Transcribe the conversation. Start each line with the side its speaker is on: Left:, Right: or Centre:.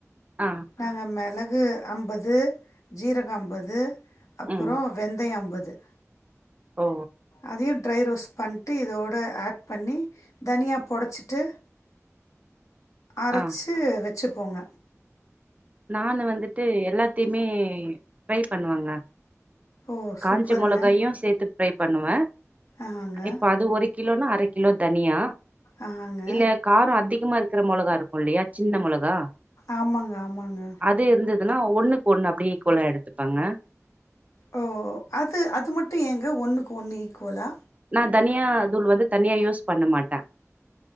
Right: ஆ
Left: நாங்க மிளகு து அம்பது ஜீரக அம்பது அப்புறோ
Right: ம்
Left: வெந்தயம் அம்பது து
Right: ஓ
Left: அதயு ட்ரை ரோஸ் பண்ட்டு இதோட அட் பண்ணி தனியா பொடச்சிட்டு அரச்சு
Right: ஆ
Left: வெச்சு போங்க
Right: நானு வந்துட்டு எல்லாத்தியு மே ட்ரை பண்ணுவாங்ளா
Left: ஓ
Right: காஞ்ச
Left: சூப்பருங்க
Right: மொளகாயு
Left: காஞ்ச
Right: சேத்து ஃப்ரை பண்ணுவே
Left: ஆஹாங்க
Right: இப்ப அது ஒரு கிலோனா அர கிலோ தனியா
Left: ஆஹாங்க
Right: இல்ல காரோ அதிகமா இருக்கிற மொளகா இருக்கோலியா சின்ன மொளகா
Left: ஆமாங்க ஆமாங்க
Right: அது இருந்ததுன்னா ஒண்ணுக்கு ஒண்ணு அப்படியே எக்குவலா எடுத்துப்பாங்க
Left: ஓ அது அது மட்டு எங்க ஒன்னுக்கு ஒன்னு ஈக்குவலா
Right: நா தனியா தூள் வந்து தனியா யூஸ் பண்ண மாட்ட